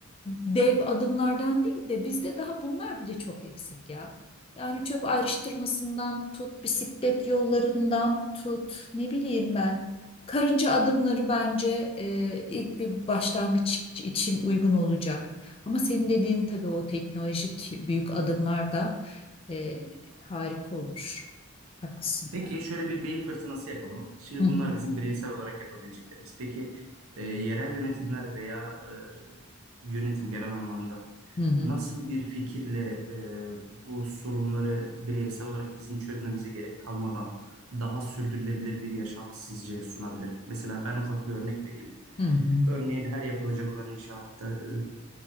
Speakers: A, on the left (about 25°); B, on the right (about 80°).
A: dev adımlardan değil de bizde daha bunlar bile çok eksik ya. Yani çöp ayrıştırmasından tut, bisiklet yollarından tut, ne bileyim ben. Karınca adımları bence e, ilk bir başlangıç için uygun olacak. Ama senin dediğin tabii o teknolojik büyük adımlar da e, harika olur. Haklısın
B: Peki
A: ya.
B: şöyle bir beyin fırtınası yapalım. Şimdi
A: Hı hı,
B: bunlar bizim bireysel olarak yapabileceklerimiz. Peki e, yerel yönetimler veya e, yönetim genel anlamda
A: hı hı,
B: nasıl bir fikirle e, bu sorunları bireysel olarak bizim çözmemize gerek kalmadan daha sürdürülebilir bir yaşam sizce sunabilir? Mesela ben ufak bir örnek vereyim.
A: hı hı,
B: Örneğin her yapılacak olan inşaatta e,